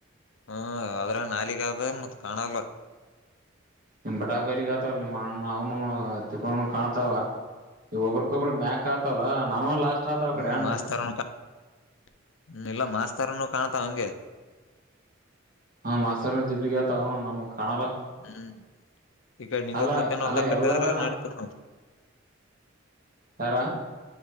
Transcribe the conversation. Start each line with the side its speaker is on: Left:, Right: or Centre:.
Left: ಹ್ಮ ಅದ್ರ ನಾಲಿಗ್ ಆದದ ಮತ್ ಕಾಣಲ್ಲ.
Right: ನಿಮ್ ಬಟಾ ಬೈಲಿಗ್ ಆತವಲ್ ನಿಮ್ಮ್ಣ್ಣ ಅವನು ತಿಕ್ಕನು ಕಾಣ್ತಾವ. ಇ ಒಬಕೊಬ್ರ ಮ್ಯಾಕ್ ಆತವಲ್ಲ ನಾವ ಲಾಸ್ಟ್. ಆತಾವ
Left: ಹ್ಮ್
Right: ಕಡೆ ಅಂಡ್
Left: ಮಾಸ್ತರ್ನು ಹ್ಮ ಇಲ್ಲ ಮಾಸ್ತರ್ನು ಕಾಣ್ತಾ ಹಂಗೆ.
Right: ಹ್ಮ ಮಸರು ದೀಪಿಕಾ ತಗನು ನಮ್ ಕಾಣಲ್ಲ.
Left: ಹ್ಮ್ ಈಗ ನಿಂಗ
Right: ಅಲ್ಲ
Left: ಮತಾನಲ್ದ
Right: ಅಲ್ಲ
Left: ಕಟ್ಟದ
Right: ಎಲ್ಲಾರ ನಾನ
Left: ನಡತ ನವು.
Right: ಯಾರ